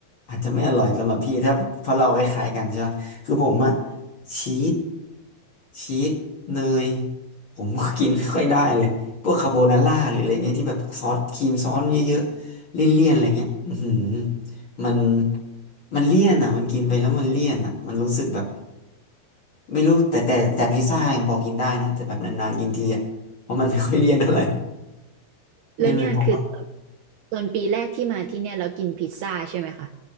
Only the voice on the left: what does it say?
อาจจะไม่อร่อยสำหรับพี่ถ้าเพราะเราคล้ายๆกันใช่ไหมคือผมอะชีสชีสเนยผมก็กินไม่ค่อยได้เลยพวกคาโบนาร่าหรืออะไรเงี้ยที่แบบซอสครีมซอสเยอะๆเลี่ยนๆอะไรเงี้ยอือหือมันมันเลี่ยนอะมันกินไปแล้วมันเลี่ยนอะมันรู้สึกแบบไม่รู้แต่แต่แต่พิซซ่ายังพอกินได้นะแต่แบบนานๆกินทีอะเพราะมันไม่ค่อยเลี่ยนเท่าไหร่ <laughs> เป็นเหมือนผมอ่ะ